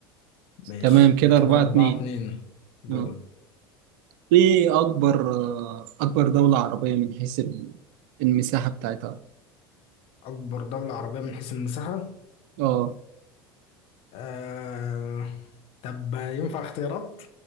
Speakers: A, on the left; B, on the right.
A: ماشي
B: تمام كده
A: يبقى كده
B: أربعة
A: 4
B: اتنين
A: 2 دورك
B: اه ايه اكبر آه، اكبر دولة عربية من حيث ال- المساحة بتاعتها
A: اكبر دولة عربية من حيث المساحة
B: اه
A: آه... طب ينفع اختيارات